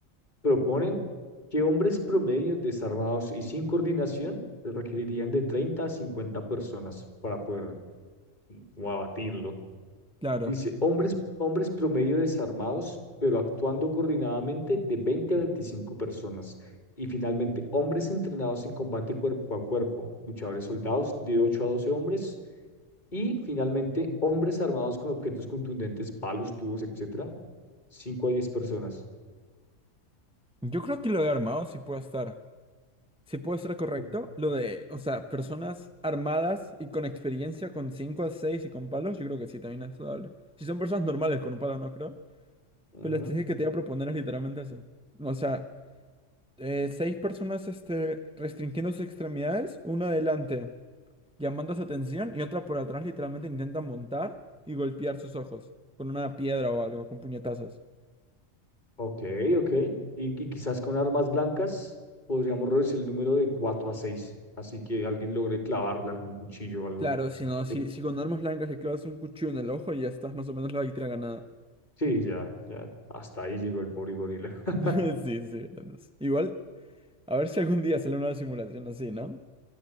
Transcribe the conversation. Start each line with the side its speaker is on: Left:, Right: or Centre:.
Left: Proponen que hombres promedio desarmados y sin coordinación requerirían de 30 a 50 personas para poder como, abatirlo.
Centre: Claro.
Left: Dice, hombres, hombres promedio desarmados, pero actuando coordinadamente de 20 a 25 personas. Y finalmente, hombres entrenados en combate cuerpo a cuerpo, luchadores soldados de ocho a doce hombres Y finalmente, hombres armados con objetos contundentes, palos, tubos, etcétera, 5 a 10 personas.
Centre: Yo creo que lo de armado sí puede estar. Sí puede ser correcto.
Left: O-
Centre: Lo de, o sea, personas armadas y con experiencia, con 5 a 6 y con palos, yo creo que sí, también es saludable. Si son personas normales con un palo, no creo.
Left: Ujú.
Centre: Pero la estrategia que te voy a proponer es literalmente eso. O sea... eh, seis personas este, restringiendo sus extremidades, una adelante llamando su atención y otra por atrás literalmente intenta montar y golpear sus ojos con una piedra o algo, con puñetazos.
Left: Ok, ok. Y, y quizás con armas blancas podríamos reducir el número de cuatro a seis Así que alguien logre clavarle algún cuchillo o algo.
Centre: Claro, si no, si,
Left: De-
Centre: si con armas blancas le clavas un cuchillo en el ojo y ya estás más o menos la victoria ganada.
Left: Sí, ya, ya. Hasta ahí llegó el pobre gorila. <laughs>
Centre: <laughs> Sí, sí, entonces. Igual, a ver si algún día sale una simulación así, ¿no?